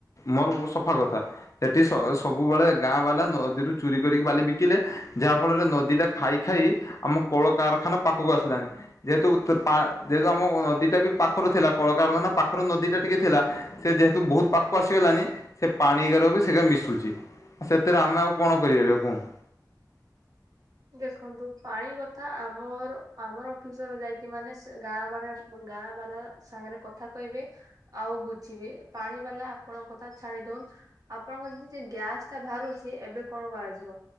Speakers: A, on the left; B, on the right.
A: ମୋର ସଫା କଥା। ଏଠି ସ ସବୁବେଳେ ଗାଁ ବାଲା ନଦୀରୁ ଚୁରି କରିକି ବାଲି ବିକିଲେ ଯାହା ଫଳରେ ନଦୀ ଟା ଖାଇ ଖାଇ ଆମ କଳକାରଖାନା ପାଖକୁ ଆସିଲାଣି। ଯେହେତୁ ତ ପା ଯେହେତୁ ଆମ ନଦୀ ଟା ବି ପାଖରେ ଥିଲା କଳକାରଖାନା ପାଖରୁ ନଦୀ ଟା ଟିକେ ଥିଲା ସେ ଯେହେତୁ ବହୁତ ପାଖକୁ ଆସିଗଲାଣିି ସେ ପାଣିିକାର ବି ସେରା ମିଶୁଚି। ସେଥିରେ ଆମେ ଆଉ କଣ କରିପାରିବା କୁହନ୍ତୁ।
B: ଦେଖନ୍ତୁ ପାଣି କଥା ଆମର ଆମର ଅଫିସର ଯାଇକି ମାନେ ସେ ଗାଁ ମାନେ ଗାଁ ବାଲା ସାଙ୍ଗରେ କଥା କହିବେ ଆଉ ବୁଝିବେ। ପାଣି ବାଲା ଆପଣଙ୍କ କଥା ଛାଡି ଦଉନ ଆପଣଙ୍କ ଜେ ଜେ ଗ୍ୟାସ ଟା ବାହାରୁଛି ଏବେ କଣ କରାଯିବ